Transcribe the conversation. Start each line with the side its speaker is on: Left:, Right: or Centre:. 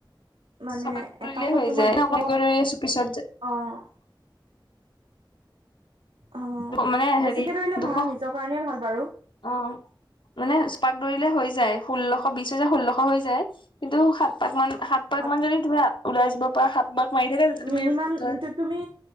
Right: মানে
Left: ছপাক দৌৰিলেই
Right: এপাকত
Left: হৈ
Right: তোমাৰ
Left: যায়। <unintelligible>
Right: দুশ
Left: আছোঁ পিছত যে।
Right: অ',। অ',
Left: মানে হেৰি
Right: বেছিকে দৌৰিলে
Left: দুশ
Right: ভাল, নিজৰ কাৰণে ভাল বাৰু।
Left: অ,। মানে ছপাক দৌৰিলে হৈ যায়। ষোল্লশ বিশ হৈ যায়। ষোল্লশ হৈ যায়, কিন্তু, সাত পাক মান সাত পাক
Right: অ
Left: মান যদি তুমি ওলাই যাব পাৰা, সাত পাক মাৰি থাকা তেতিয়া তুমি
Right: মিনিমাম
Left: ধৰ ধৰ
Right: তুমি,